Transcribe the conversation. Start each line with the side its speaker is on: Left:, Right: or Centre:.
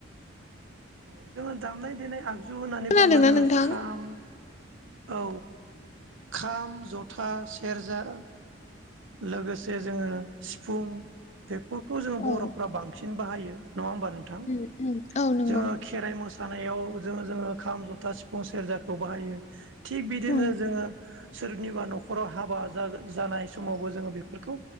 Right: औ जोङो दामनाय देनाय आगजु होननानै
Left: खोनादोंना
Right: बुङोब्ला जोङो
Left: नोंथां
Right: खाम औ खाम जथा सेरजा लोगोसे जोङो सिफुं बेफोरखौ जोङो
Left: औ
Right: बर'फ्रा बां बांसिन बाहायो नङा होमबा नोंथां
Left: उम उम औ नंगौ
Right: जोङो खेराइ मोसानायाव जों जोंङो खाम जथा सिफुं सेरजाखौ बाहायो। थिग बिदिनो
Left: औ उम
Right: जोङो सोरनिबा न'खराव हाबा जागो जानाय समावबो जोङो बेफोरखौ